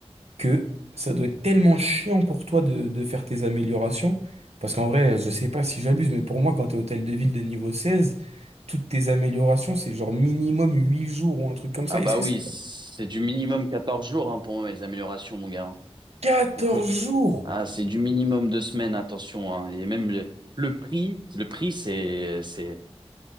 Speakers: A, on the right; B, on the right.
A: que ça doit être tellement chiant pour toi de, de faire tes améliorations. Parce qu'en vrai, je sais pas si j'abuse, mais pour moi, quand t'es hôtel de ville de niveau 16 toutes tes améliorations, c'est genre minimum 8 jours ou un truc comme ça.
B: Ah bah
A: Est-ce que
B: oui,
A: c'est
B: c'est
A: pas
B: du minimum quatorze jours hein, pour moi, les améliorations, mon gars. hein.
A: 14
B: Écoute,
A: jours?
B: ah, c'est du minimum deux semaines, attention. hein. Et même le, le prix, le prix, c'est, c'est,